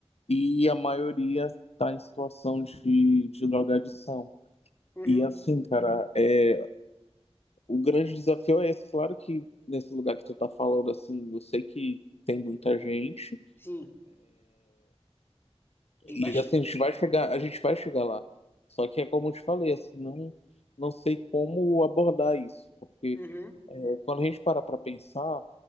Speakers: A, on the left (about 65°); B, on the left (about 20°).
A: e a maioria está em situação de, de drogadição.
B: Uhum.
A: E assim, cara, é, o grande desafio é esse. Claro que nesse lugar que tu tá falando, assim, eu sei que tem muita gente.
B: Sim, tem
A: E
B: bastante.
A: assim, a gente vai chegar, a gente vai chegar lá. Só que é como eu te falei, assim, não, não sei como abordar isso, porque
B: Uhum.
A: é, quando a gente para para pensar,